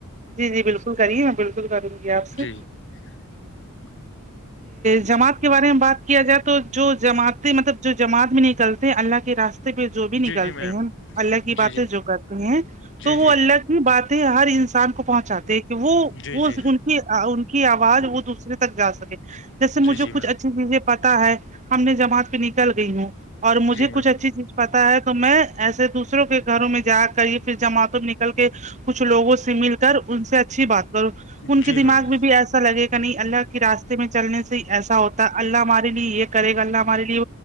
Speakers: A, on the right (about 30°); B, on the left (about 55°).
A: جی جی بالکل کریے میں بالکل کروں گی آپ سے
B: جی <inaudible>
A: جماعت کے بارے میں بات کیا جائے تو جو جماعتیں مطلب جو جماعت بھی نکلتے ہیں اللہ کے راستے پہ جو بھی نکلتے
B: جی جی میم
A: ہیں اللہ کی باتیں
B: جی جی
A: جو کرتے ہیں
B: جی
A: تو وہ
B: جی
A: اللہ باتیں ہر انسان کو پہنچاتے ہیں کہ وہ
B: جی
A: وہ
B: جی
A: گن ان کی آواز وہ دوسرے تک جا سکے جیسے مجھے
B: جی جی
A: کچھ
B: میم
A: اچھی چیزیں پتا ہے ہم نے جماعت پہ نکل گئی ہوں اور مجھے
B: جی
A: کچھ
B: میم
A: اچھی چیز پتا ہے تو میں ایسے دوسروں کے گھروں میں جا کر یہ پھر جمعتوں میں نکل کے کچھ لوگوں سے مل کر ان سے اچھی بات کرو
B: جی
A: ان کے
B: میم
A: دماغ میں بھی ایسا ایسا لگے گا نہیں اللہ کے راستے میں چلنے سے ہی ایسا ہوتا اللہ ہمارے لیے یہ کرے گا اللہ ہمارے لیے